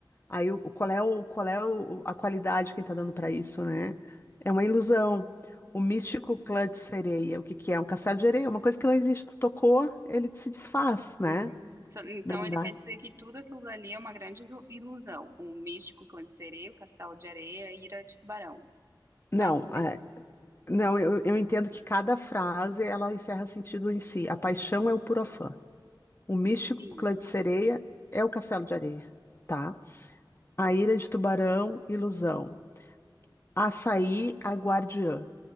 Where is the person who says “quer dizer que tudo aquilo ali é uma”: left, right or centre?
Right